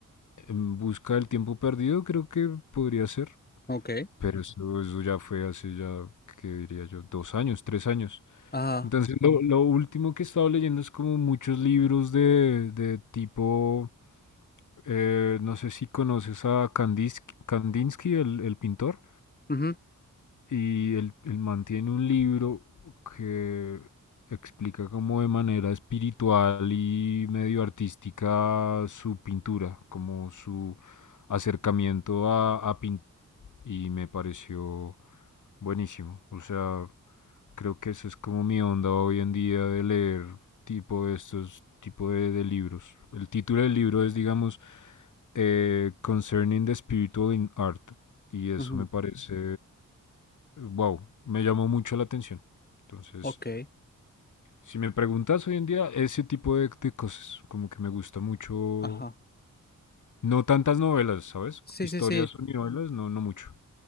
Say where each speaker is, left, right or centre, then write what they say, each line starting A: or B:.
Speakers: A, on the left; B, on the left.
A: En Busca del Tiempo Perdido, creo que podría ser.
B: ok,
A: Pero eso, eso ya fue hace ya, ¿qué diría yo? Dos años, tres años.
B: ajá,
A: Entonces, lo, lo último que he estado leyendo es como muchos libros de, de tipo, eh, no sé si conoces a Kandinsky, Kandinsky el, el pintor,
B: ujú,
A: y él, él mantiene un libro que explica como de manera espiritual y medio artística su pintura, como su acercamiento a, a pintar y me pareció buenísimo. O sea, creo que esa es como mi onda hoy en día de leer tipo de estos tipo de, de libros. El título del libro es, digamos, eh, Concerning the Spiritual in Art. Y eso
B: ujú,
A: me parece, wow, me llamó mucho la atención. Entonces,
B: ok,
A: si me preguntas hoy en día, ese tipo de, de cosas, como que me gusta mucho,
B: ajá.
A: no tantas novelas, ¿sabes?
B: Sí,
A: Historias
B: sí, sí,
A: y novelas, no, no mucho.